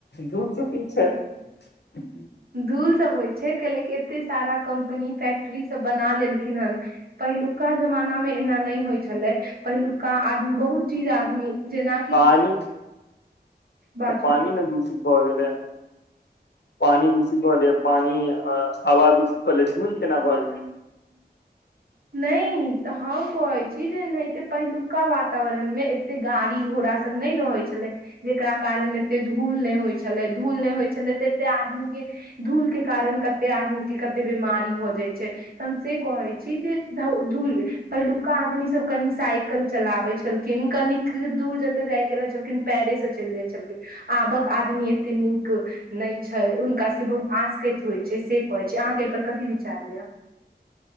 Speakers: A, on the left; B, on the right.
A: धुल से होय छै <unintelligible>
B: धूल सब होइ छै कैलेकी एते सारा कम्पनी फैक्ट्री सब बना लेलखिन हन पहिलुका जमानामे एना नहि होइ छलै पहिलुका आदमी बहुत चीज आदमी जेनाकि।
A: अ <inaudible>
B: बाजू
A: पानि ने दूषित भए गेलै पानि दूषित भए गेल पानि आवाज उ सुतल ऐ सुन केना भऽ गेलै
B: नहि हम कहैत छी जेनाहिते पहिलुका वातावरणमे एते गाड़ी घोड़ा सब नय रहै छै छलै जेकरा कारण एते धूल नय होइ छलै धूल नय होइ छलै तऽ एते आदमी क धूल के कारण कते आदमी के कते बीमारी भऽ जाइ छै तऽ हम से कहै छी जे ओ धूल <unintelligible> पहिलुका आदमी सब कनि साइकिल चलाबै छलखिन कन दूर जतऽ जायके रहै छलखिन पैरे से चेल जाइ छलखिन आबक आदमी एते नीक नहि छै हुनका सबके बहुत आसकेत होइ छै से कहै छै अहाँके एहि पर कथी विचार